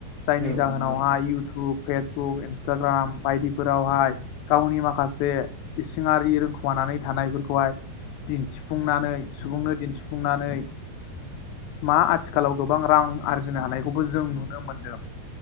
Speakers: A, on the left; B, on the right.
A: जायनि
B: औ
A: जाहोनावहा
B: नंगौ नोंथां
A: इउटुब फेसबुक इन्सटाग्राम बायदिफोरावहाय गावनि माखासे इसिङारि रोंखुमानानै थानायफोरखौहाय दिन्थिफुंनानै सुबुंनो दिन्थिफुंनानै मा आथिखालाव गोबां रां आरजिनो हानायखौबो जों नुनो मोनदों।